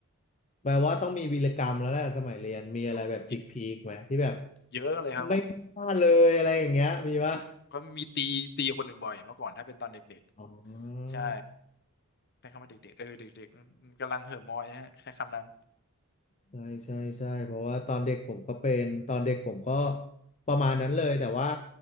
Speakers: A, on the left; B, on the left.
A: แปลว่าต้องมีวีรกรรมแล้วแหละสมัยเรียนมีอะไรแบบพีคๆไหมที่แบบ
B: เยอะเยอะเลยครับผม
A: ไม่กล้าเลยอะไรอย่างเงี้ยมีปะ
B: เขามีตีตีคนหนึ่งบ่อยเมื่อก่อนถ้าเป็นตอนเด็ก
A: อ๋อ
B: ๆใช่ใช้คำว่าเด็กๆเออเด็กๆกำลังเห่อะมอยฮะใช้คำนั้น
A: ใช่ใช่ใช่เพราะว่าตอนเด็กผมก็เป็นตอนเด็กผมก็ประมาณนั้นเลยแต่ว่า